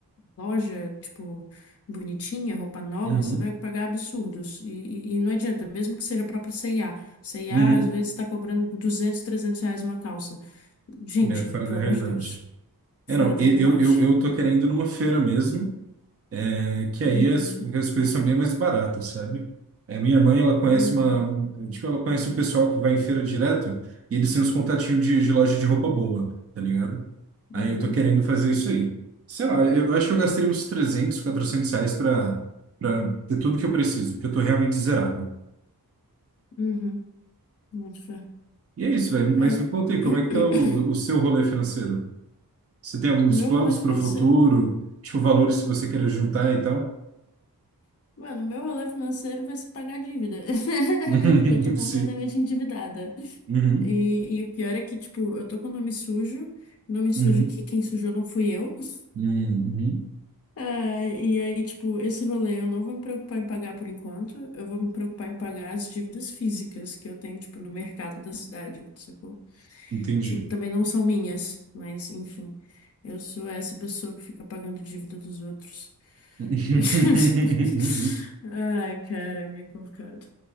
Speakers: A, on the left; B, on the right.
A: loja, tipo, bonitinha, roupa nova,
B: Uhum,
A: você vai pagar absurdos. E, e- e não adianta, mesmo que seja a própria C&A. C&A
B: uhum.
A: às vezes está cobrando 200 300 reais uma calça. Gente,
B: É, fora
A: pelo
B: da realidade.
A: amor de Deus,
B: É,
A: fora
B: não,
A: da
B: eu,
A: realidade.
B: eu, eu eu tô querendo ir numa feira mesmo. É que aí
A: Uhum,
B: as, as coisas são bem mais baratas, sabe? É, minha mãe, ela conhece
A: uhum,
B: uma, tipo, ela conhece um pessoal que vai em feira direto e eles têm uns contatinhos de, de loja de roupa boa, tá ligado? Aí
A: uhum,
B: eu tô querendo fazer isso aí. Sei lá, eu, eu acho que eu gastaria uns 300 400 reais pra, pra ter tudo que eu preciso, porque eu tô realmente zerado.
A: uhum. Muito fé.
B: E é isso, velho.
A: É.
B: Mas me conta aí, como
A: <clears throat>
B: é que tá o, o seu rolê financeiro? Você tem alguns
A: Meu
B: planos
A: rolê financeiro.
B: pro futuro? Tipo, valores que você queira juntar e tal?
A: Mano, meu rolê financeiro vai ser pagar dívida. <laughs>
B: <laughs>
A: Porque eu tô completamente
B: Sim.
A: endividada.
B: Uhum.
A: E, e o pior é que, tipo, eu tô com o nome sujo. Nome sujo
B: Uhum.
A: que quem sujou não fui eu. <laughs>
B: Hum, uhum.
A: Ah, e aí, tipo, esse rolê eu não vou me preocupar em pagar por enquanto. Eu vou me preocupar em pagar as dívidas físicas que eu tenho, tipo, no mercado da cidade, sacou?
B: Entendi.
A: Que também não são minhas, mas enfim. Eu sou essa pessoa que fica pagando dívida dos outros.
B: <laughs>
A: <laughs> Ai, cara, é meio complicado.